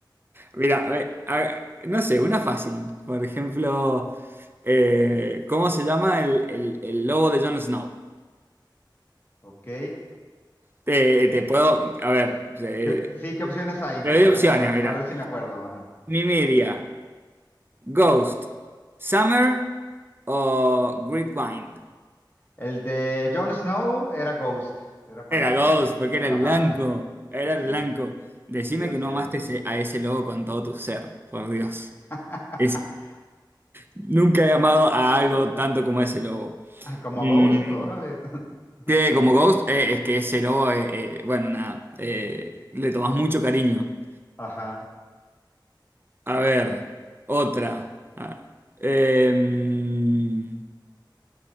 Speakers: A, on the right (about 25°); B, on the left (about 25°).
A: Mira, a ver, a ver, no sé, una fácil. Por ejemplo, eh, ¿cómo se llama el, el- el logo de Jon Snow?
B: ok.
A: Te,
B: Es-
A: te puedo, a ver, eh,
B: ¿qué- sí, ¿qué opciones hay?
A: te, doy
B: A,
A: opciones,
B: a ver,
A: mira.
B: a ver si me acuerdo. Ajá.
A: Nymeria, Ghost, Summer o Gridwind.
B: El de Jon Snow era Ghost, era fantasma.
A: Era Ghost, porque
B: Ajá,
A: era el blanco, era
B: sí,
A: el blanco. Decime
B: sí, así
A: que no
B: es.
A: amaste ese- a ese lobo con todo tu ser, por Dios.
B: <laughs>
A: Es, nunca he amado a algo tanto como a ese logo.
B: Como
A: Mm,
B: Ghost, órale. <laughs>
A: Sí, como Ghost, eh, es que ese lobo, eh, eh, bueno, nada, eh, le tomás mucho cariño.
B: Ajá.
A: A ver, otra. Ah, em,